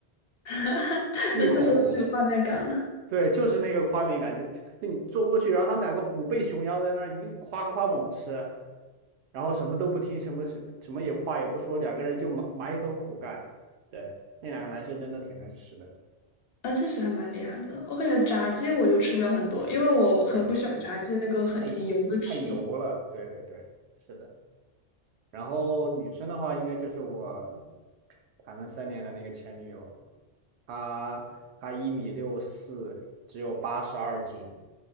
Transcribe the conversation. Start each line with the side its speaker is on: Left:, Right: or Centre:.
Left: <laughs>
Right: 巨恐怖。
Left: 那确实很有画面感了，
Right: 对，就是那个画面感觉，就你坐过去，然后他们两个虎背熊腰在那儿一夸夸猛吃，然后什么都不听，什么什什么也话也不说，两个人就埋埋头苦干。对，那两个男生真的挺能吃的，
Left: 那确实还蛮厉害的。我感觉炸鸡我就吃不了很多，因为我很不喜欢炸鸡那个很很油的皮。
Right: 我也不信，太太油了。对对对，是的。然后女生的话，应该就是我谈了三年的那个前女友，她她一米六四，只有八十二斤，